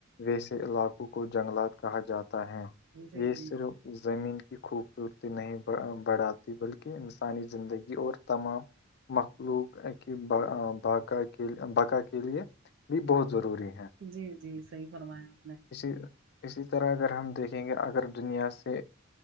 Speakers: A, on the left; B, on the right.
A: ویسے علاقوں کو جنگلات کہا جاتا ہے
B: جی
A: یہ
B: جی
A: صرف زمین کی خوبصورتی نہیں بڑھاتی بلکہ انسانی زندگی اور تمام مخلوق کی باقا کے بقا کے لیے بھی بہت ضروری ہے
B: جی جی صحیح فرمایا آپ نے
A: اسی اسی طرح اگر ہم دیکھیں گے اگر دنیا سے